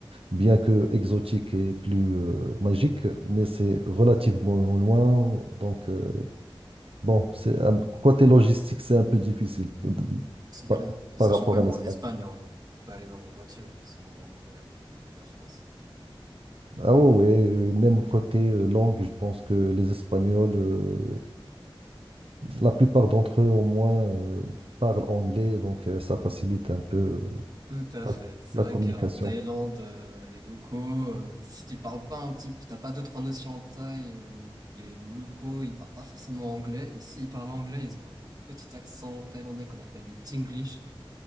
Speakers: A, on the right (about 85°); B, on the right (about 45°).
A: bien que exotique et plus, euh, magique, mais c'est relativement loin. Donc, euh, bon, c'est un- côté logistique, c'est un peu difficile. euh,
B: C'est
A: par
B: clair.
A: par
B: Sachant
A: rapport
B: quand même,
A: à l'Espagne.
B: en Espagne, on, on peut aller en voiture. C'est bon, on est la France.
A: Ah ouais, ouais, euh, même côté euh, langue, je pense que les Espagnols euh, La plupart d'entre eux, au moins, euh, parlent anglais, donc euh, ça facilite un peu euh,
B: Tout à
A: la,
B: fait. C'est
A: la
B: vrai
A: communication.
B: qu'en Thaïlande, euh, les locaux, euh, si tu parles pas un petit, t'as pas deux trois notions en thaï, euh, les locaux ils parlent pas forcément anglais et s'ils parlent anglais, ils ont un petit accent thaïlandais qu'on appelle le Tinglish.